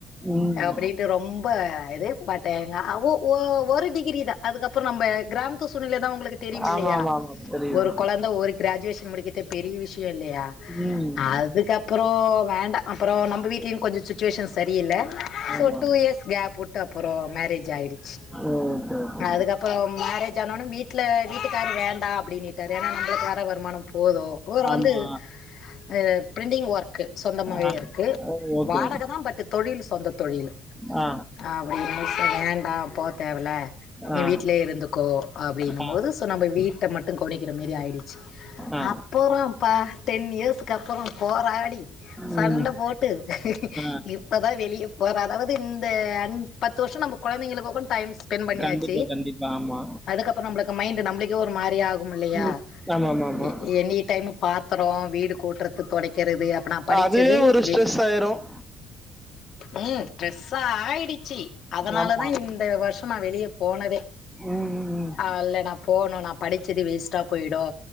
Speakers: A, in the centre; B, on the left (about 55°).
A: <unintelligible>
B: அப்டின்ட்டு ரொம்ப இது பட் எங்க அவ் ஒ ஒ ஒரு டிகிரிதா அதுக்கப்றோ நம்ப கிராம் த்து சூழ்நிலைதா உங்களுக்கு தெரியுமில்லையா
A: ஆமாமாமா. தெரியும்.
B: ஒரு கொழந்த ஒரு கிராஜுவேஷன் முடிக்கதே பெரிய விஷயோ இல்லையா
A: ம்.
B: அது அதுக்கப்புறோ வேண்டா அப்பறோ நம்ம வீட்லயு கொஞ்சொ சுச்சுவேஷன் சரியில்ல
A: ஆமா.
B: சோ டு இயர்ஸ் கேப் உட்டு அப்பறோ மேரேஜ் ஆயிடுச்சு
A: ஓகே ஓகே.
B: அதுக்கப்பறம் மேரேஜ் ஆனோன வீட்ல வீட்டுக்காரு வேண்டா அப்டினீ ட்டாரு ஏனா நம்ளுக்கு வற வருமானம் போது உவரு
A: ஆமா.
B: வந்து அ பிரிண்டிங் ஒர்க்கு சொந்தமாவே
A: ஆ.
B: இருக்கு
A: ஓ! Okay,
B: வாடக
A: okay.
B: தா பட்டு தொழில் சொந்த தொழில்
A: ஆ
B: அப்டின்னு ச வேண்டா போ தேவல நீ
A: ஆ,
B: வீட்லே இருந்துக்கோ அப்டின்னும்போது
A: ஆ,
B: சோ நம்ப வீட்ட மட்டு கவனிக்கிற மாரி ஆகிடுச்சு
A: ஆ.
B: அப்பறோ பா டென் இயர்ஸுக்கு அப்பறம் போராடி சண்ட
A: ம்.
B: போட்டு
A: ஆ.
B: இப்பதா வெளிய ஓர் அதாவது இந்த அஞ் பத்து வருஷொ நம்ப கொழந்தைங்களுக்கு கூ டைம் ஸ் பென் பண்ணியாச்சு
A: கண்டிப்பா, கண்டிப்பா. ஆமா.
B: அதுக்கப்பறோ நம்பளுக்கு மைண்ட் நம்பளுக்கே ஒரு மாரியாகும் இல்லையா
A: ம். ஆமாமாமா.
B: எ எனி டைம் பாத்தரோ வீடு கூட்றது தொடைக்கிறது அப்ப நா படிச்சது
A: அதுவே ஒரு
B: வே
A: ஸ்ட்ரெஸ் ஆயிரும்.
B: ம் ட்ரெஸ்ஸாயிடுச்சு அதனாலதா
A: ஆமா.
B: இந்த வருஷொ நா வெளியே போனதே
A: ம், ம், ம்.
B: அல்ல நா போனு நா படிச்சது வேஸ்ட்டா போயிடு